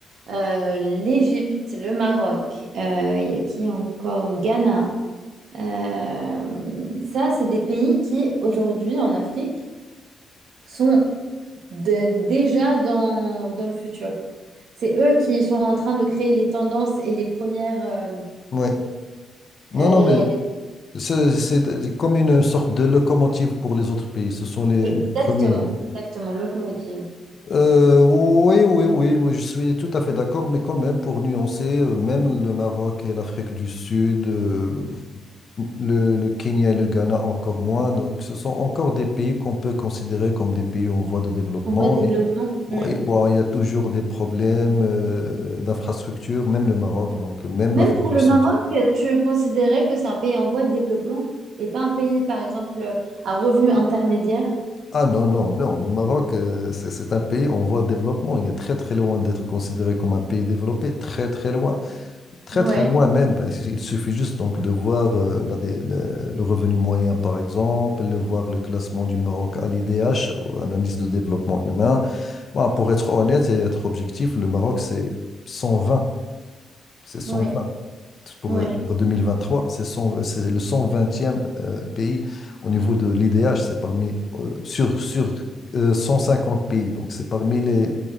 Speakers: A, on the right; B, on the left.
A: euh, l'Égypte, le Maroc, euh, il y a qui encore? Ghana. Euh, ça, c'est des pays qui, aujourd'hui, en Afrique, sont de- déjà dans, dans le futur. C'est eux qui sont en train de créer les tendances et les premières... euh,
B: Oui. Non,
A: les-
B: non, mais c'est c'est comme une sorte de locomotive pour les autres pays. Ce sont les
A: Exactement,
B: les premiers.
A: exactement, locomotive.
B: Euh, oui, oui, oui, oui, je suis tout à fait d'accord, mais quand même, pour nuancer, euh, même le Maroc et l'Afrique du Sud, euh, le, le Kenya et le Ghana encore moins, donc ce sont encore des pays qu'on peut considérer comme des pays en voie de développement.
A: En voie de développement.
B: Et- Oui,
A: Hmm.
B: bon, il y a toujours des problèmes euh, d'infrastructure, même le Maroc, donc même
A: Même
B: l'Afrique
A: pour
B: du
A: le
B: Sud.
A: Maroc, tu considérais que c'est un pays en voie de développement et pas un pays, par exemple, à revenu intermédiaire?
B: Ah non, non, non, le Maroc, euh, c'est c'est un pays en voie de développement, il est très, très loin d'être considéré comme un pays développé, très, très loin. Très,
A: Ouais.
B: très loin même. parce qu'il- Il suffit juste donc de voir euh, la dé- le, le revenu moyen, par exemple, de voir le classement du Maroc à l'IDH, un indice de développement humain. Bon, pour être honnête et être objectif, le Maroc, c'est 120. C'est 120.
A: Oui,
B: Pour,
A: oui.
B: euh, pour 2023, c'est 100 c'est le 120e euh, pays au niveau de l'IDH. C'est parmi euh, sur, sur euh, 150 pays. Donc, c'est parmi les.